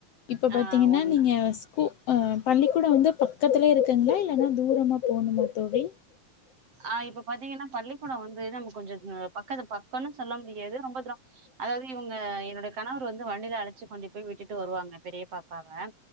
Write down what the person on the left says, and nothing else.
இப்ப
பாத்தீங்கன்னா
நீங்க ஸ்கூ ஆ பள்ளிக்கூட வந்து பக்கத்துலயே இருக்குங்களா இல்லனா தூரமா போணுமா தோழி